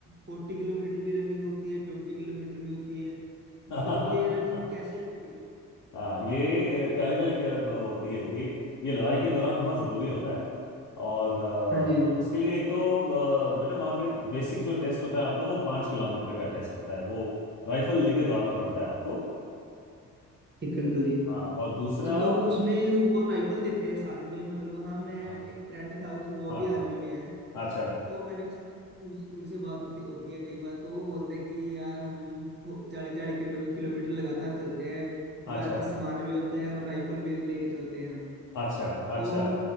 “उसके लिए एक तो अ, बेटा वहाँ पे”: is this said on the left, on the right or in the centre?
Left